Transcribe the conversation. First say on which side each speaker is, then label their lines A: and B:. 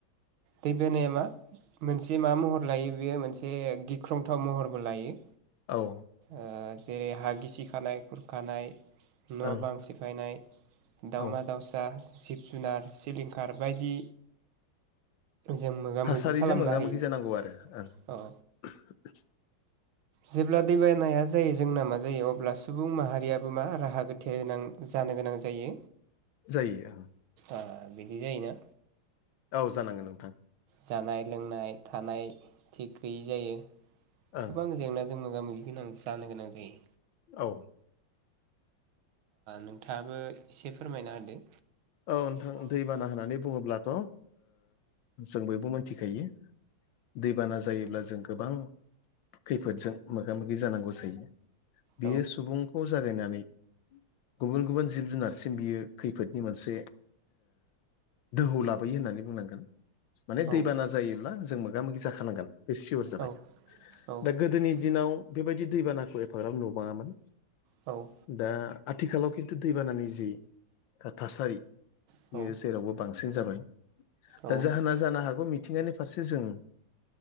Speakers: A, on the right; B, on the left.
A: दै बानाया मा? मोनसे मा महर लायो बेयो मोनसे गिख्रंथाव महरबो लायो।
B: औ
A: ओ जेरै हा गिसि खानाय खुरखानाय न'
B: ओं
A: बां सिफायनाय। दावमा
B: औ
A: दाउसा जिब जुनार सिलिंखार बायदि। जों मोगा
B: थासारिजों
A: मोगि खालामनो
B: मोगा
A: हायो
B: मोगि जानांगौ आरो ओं
A: औ
B: <unintelligible>
A: जेब्ला दैबानाया जायो जोंना मा जायो अब्ला सुबुं माहारियाबो मा राहा गोथे गोनां। जानो गोनां जायो।
B: जायो ओं
A: आ बिदि जायोना?
B: औ जानांगोन नोंथां।
A: जानाय लोंनाय थानाय थिग गैयै जायो।
B: ओं
A: गोबां जेंनाजों मोगा मोगि गोनां जानो गोनां जायो।
B: औ
A: नोंथाङाबो एसे फोरमायना होदो।
B: औ नोंथां दैबाना होननानै बुङोब्लाथ' ओ जों बयबो मोनथिखायो दैबाना जायोब्ला जों गोबां खैफोदजों मोगा मोगि जानांगौ जायो बियो
A: औ
B: सुबुं खौ जागायनानै गुबुन गुबुन जिब जुनारसिम बियो खैफोदनि मोनसे से दोहौ लाबोयो होननानै बुंनांगोन माने
A: औ
B: दैबाना जायोब्ला जों मोगा मोगि जाखानांगोन बे सियर जाबाय
A: औ औ
B: दा गोदोनि दिनाव बेबायदि दैबानाखौ एफाग्राब नुुबाङामोन
A: औ
B: दा आथिखालाव खिन्थु दैबानानि जि थासारि
A: औ
B: बियो
A: औ
B: जेरावबो बांसिन जाबाय
A: औ
B: दा जाहोना जानो हागौ मिथिंगानि फारसे जों